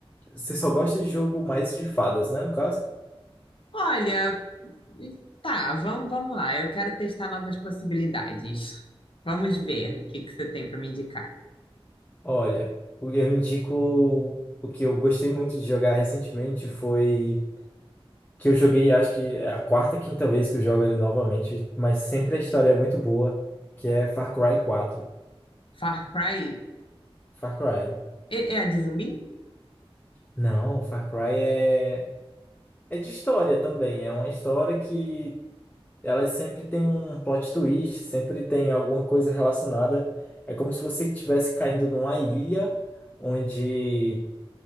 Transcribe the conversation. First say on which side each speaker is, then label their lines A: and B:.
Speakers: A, on the left; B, on the left.
A: você só gosta de jogo mais de fadas, né, no caso?
B: Olha, tá, vamos, vamos lá. Eu quero testar novas possibilidades. Vamos ver o que que você tem para me indicar.
A: Olha, eu indico o que eu gostei muito de jogar recentemente foi que eu joguei, acho que é a quarta, quinta vez que eu jogo ele novamente, mas sempre a história é muito boa, que é Far Cry 4.
B: Far Cry
A: Far Cry.
B: é, é a de zumbi?
A: Não, Far Cry é é de história também, é uma história que ela sempre tem um plot twist, sempre tem alguma coisa relacionada. É como se você estivesse caindo numa ilha onde